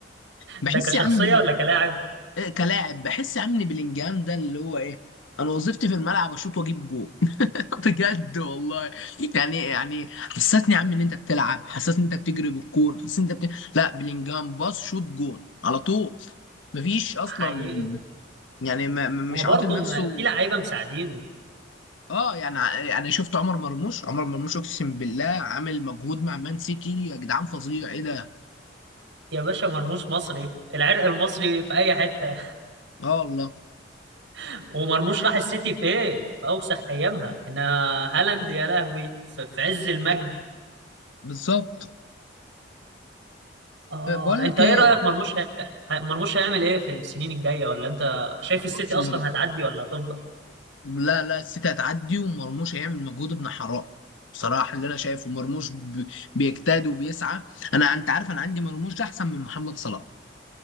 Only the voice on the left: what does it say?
بحس
يا عم بلي...
إيه كلاعب بحس يا عم بلينجهام ده اللي هو ايه انا وظيفتي في الملعب اشوط واجيب جول <laughs> بجد والله يعني يعني حسسني يا عم ان انت بتلعب حسسني ان انت بتجري بالكوره حسسني ان انت بت... لا بلينجهام باص شوط جول على طول مفيش اصلا
يعني ما مش
عاطل نفسه
اه يعني يعني شفت عمر مرموش عمر مرموش اقسم بالله عامل مجهود مع مان سيتي يا جدعان فظيع ايه ده
اه والله
بالظبط
آه، بقول لك
ايه
بص
مر...
لا لا السيتي هتعدي ومرموش هيعمل مجهود ابن حرام بصراحه اللي انا شايفه مرموش ب... بيجتهد وبيسعى انا انت عارف انا عندي مرموش ده احسن من محمد صلاح